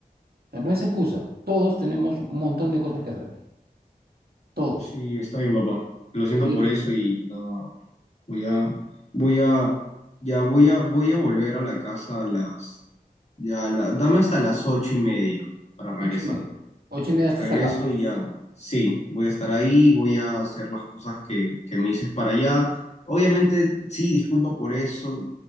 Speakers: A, on the right; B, on the left.
A: O sea, no es excusa. Todos tenemos un montón de cosas que hacer. Todos.
B: Sí, está bien, papá. Lo siento
A: Entonces,
B: por
A: yo-
B: eso y no, voy a, voy a, ya voy a, voy a volver a la casa a las, ya, a la- dame hasta las ocho y media para regresar.
A: ocho y media. Ocho y media estás
B: regreso
A: acá.
B: y ya, sí, voy a estar ahí, voy a hacer las cosas que, que me dices para allá. Obviamente, sí, disculpa por eso,